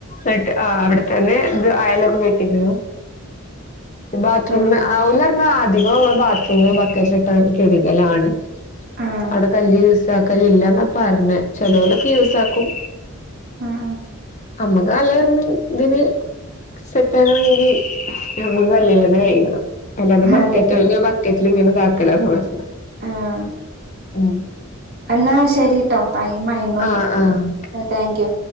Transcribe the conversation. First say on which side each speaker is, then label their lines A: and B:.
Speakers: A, on the left; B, on the right.
A: എന്നട്ട് ആഹ് അവിടെത്തന്നെ ഇത് അയാലൊക്കെ കെട്ടിക്കുണു. ബാത്റൂമ്
B: ആഹ്
A: ഓല് പറഞ്ഞ അധികോ നമ്മള് ബാത്റൂമിൽ ബക്കറ്റിലിട്ട് കഴികലാണ്.
B: ആഹ്
A: അവിടെ കല്ല് യൂസ് ആക്കല് ഇല്ല എന്നാ പറഞ്ഞേ ചെലേരൊക്കെ യൂസ് ആക്കും.
B: ആഹ്
A: നമ്മക്ക് നല്ലതെന്ന് ഇതിന്. സെറ്റാവാണെങ്കിൽ നമ്മക്ക് കല്ലില് തന്നെകഴുക്കണം. അല്ലാതെ ബക്കറ്റ്
B: അതെ അതെ
A: ബക്കറ്റിൽ ഇങ്ങനെ ഇതാക്കലന്ന് പറഞ്ഞേ.
B: ആഹ്.
A: ആഹ്.
B: എന്നാ ശരിട്ടോ ടൈം ആയുണ്
A: ആഹ് ആഹ്
B: താങ്ക് യു.